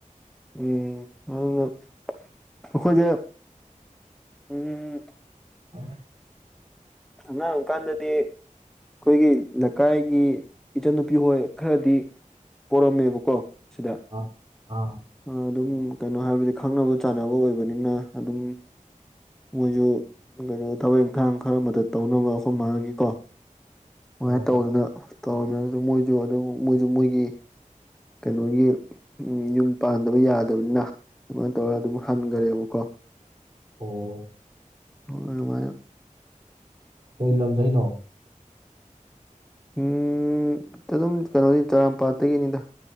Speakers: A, in the centre; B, on the right (about 35°).
A: ꯎꯝ ꯑꯗꯨꯅ ꯑꯩꯈꯣꯏꯁꯦ ꯎꯝ
B: <unintelligible>
A: ꯑꯉꯥꯡ ꯑꯣꯏꯀꯥꯟꯗꯗꯤ ꯑꯩꯈꯣꯏꯒꯤ ꯂꯩꯀꯥꯏꯒꯤ ꯏꯆꯟꯅꯨꯄꯤ ꯍꯣꯏ ꯈꯔꯗꯤ ꯄꯣꯔꯝꯃꯦꯕꯀꯣ ꯁꯤꯗ꯫
B: ꯑ ꯑꯥ꯫
A: ꯑ ꯑꯗꯨꯝ ꯀꯩꯅꯣ ꯍꯥꯏꯕꯗꯤ ꯈꯪꯅꯕ ꯆꯥꯟꯅꯕ ꯑꯣꯏꯕꯅꯤꯅ ꯑꯗꯨꯝ ꯃꯣꯏꯁꯨ ꯀꯩꯅꯣ ꯊꯕꯛ ꯏꯪꯈꯥꯡ ꯈꯔ ꯑꯃꯗ ꯇꯧꯅꯕ ꯑꯈꫭꯃꯥꯒꯤꯀꯣ꯫ ꯁꯨꯃꯥꯏꯅ
B: ꯑꯣ
A: ꯇꯧꯗꯅ ꯇꯧꯔꯝꯃꯦꯁꯨ ꯃꯣꯏꯁꯨ ꯑꯗꯨ ꯃꯣꯏꯁꯨ ꯃꯣꯏꯒꯤ ꯀꯩꯅꯣꯒꯤ ꯎꯝ ꯌꯨꯝ ꯄꯥꯟꯗꯕ ꯌꯥꯗꯕꯅꯤꯅ ꯑꯗꯨꯃꯥꯏꯅ ꯇꯧꯔꯒ ꯑꯗꯨꯝ ꯍꯟꯒꯔꯦꯕꯀꯣ꯫
B: ꯑꯣ꯫
A: ꯍꫭꯏ ꯑꯗꯨꯃꯥꯏꯅ꯫
B: ꯀꯩ ꯂꯝꯗꯩꯅꫭ꯫
A: ꯎꯝ꯫ ꯑꯗꯨꯝ ꯀꯩꯅꯣꯗꯤ ꯇꯔꯥꯝꯄꯥꯠꯇꯒꯤꯅꯤꯗ